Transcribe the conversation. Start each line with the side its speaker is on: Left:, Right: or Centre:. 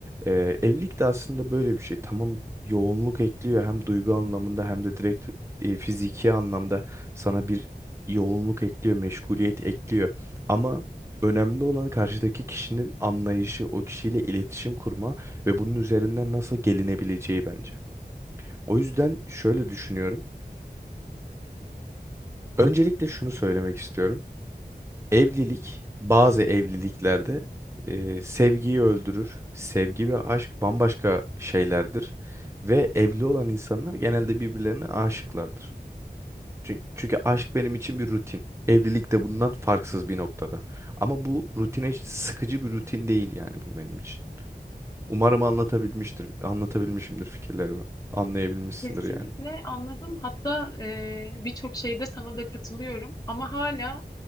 Right: e, evlilik de aslında böyle bir şey. Tamam yoğunluk ekliyor hem duygu anlamında hem de direkt e, fiziki anlamda sana bir yoğunluk ekliyor, meşguliyet ekliyor. Ama önemli olan karşıdaki kişinin anlayışı, o kişiyle iletişim kurma ve bunun üzerinden nasıl gelinebileceği bence. O yüzden şöyle düşünüyorum. Öncelikle şunu söylemek istiyorum. Evlilik bazı evliliklerde e, sevgiyi öldürür. Sevgi ve aşk bambaşka şeylerdir. Ve evli olan insanlar genelde birbirlerine aşıklardır. Çünkü, çünkü aşk benim için bir rutin. Evlilik de bundan farksız bir noktada. Ama bu rutine hiç sıkıcı bir rutin değil yani bu benim için. Umarım anlatabilmiştir, anlatabilmişimdir fikirlerimi. Anlayabilmişsindir
Left: Kesinlikle
Right: yani.
Left: anladım. Hatta e, birçok şeyde sana da katılıyorum. Ama hala